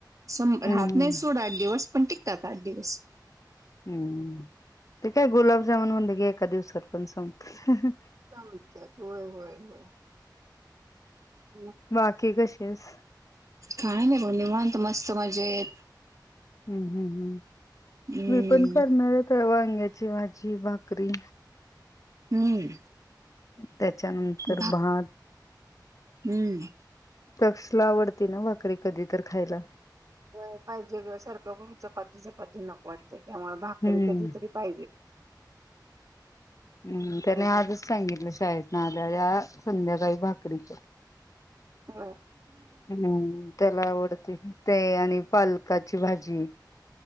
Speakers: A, on the right; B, on the left.
A: स राहत
B: हम्म
A: नाही, सोड आठ दिवस पण टिकतात. आठ दिवस.
B: हम्म! ते काय गुलाबजामन म्हणलं, कि एका दिवसात पण संपतं.
A: <unintelligible> होय होय होय. छान लागतात
B: बाकी कशी येस?
A: काय नाही, ब निवांत मस्त मजेत.
B: हम् हम् हम्
A: हम्म
B: मी पण करणार <unintelligible> शेंग्याची भाजी, भाकरी
A: हम्म
B: त्याच्यानंतर
A: भा
B: भात.
A: हम्म!
B: तक्ष ला आवडती ना, भाकरी कधी तर खायला.
A: हो, पाहिजे गं सारखं चपाती चपाती नको वाटतंय. आम्हाला भाकरी
B: हम्म
A: कधी, तरी पाहिजे.
B: हम्म! त्याने
A: पाहिजेच
B: आजच सांगितलें, शाळेतनं आल्या आल्या. संध्याकाळी भाकरीचं
A: होय
B: हम्म! त्याला आवडत ते आणि पालकाची भाजी.